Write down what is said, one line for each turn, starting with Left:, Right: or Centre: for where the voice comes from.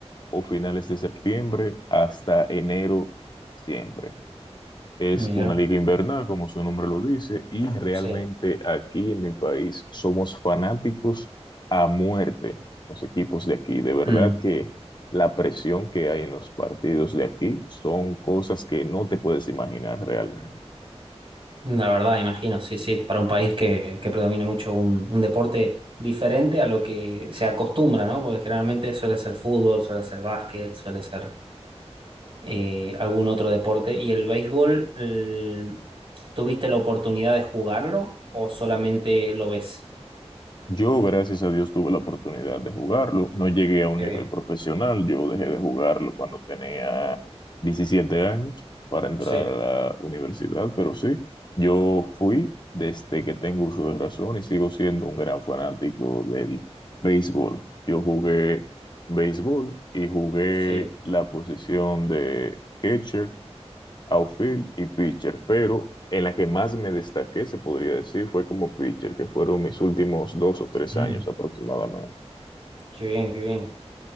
Left: o finales de septiembre hasta enero siempre. Es
Right: Mira,
Left: una liga invernal, como su nombre lo dice, y realmente
Right: sí.
Left: aquí en mi país somos fanáticos a muerte, los equipos de aquí. De verdad
Right: Mm.
Left: que la presión que hay en los partidos de aquí son cosas que no te puedes imaginar realmente.
Right: La verdad, imagino, sí, sí, para un país que, que predomina mucho un, un deporte diferente a lo que se acostumbra, ¿no? Porque generalmente suele ser fútbol, suele ser básquet, suele ser eh, algún otro deporte. ¿Y el béisbol, eh, tuviste la oportunidad de jugarlo o solamente lo ves?
Left: Yo, gracias a Dios, tuve la oportunidad de jugarlo. No llegué a un
Right: Qué
Left: nivel
Right: bien.
Left: profesional. Yo dejé de jugarlo cuando tenía 17 años para entrar
Right: Sí,
Left: a la universidad, pero sí, yo fui desde que tengo uso de razón y sigo siendo un gran fanático del béisbol. Yo jugué béisbol y jugué
Right: sí.
Left: la posición de catcher outfield y pitcher, pero en la que más me destaqué, se podría decir, fue como pitcher, que fueron mis últimos dos o tres
Right: Mm.
Left: años aproximadamente.
Right: Qué bien, qué bien.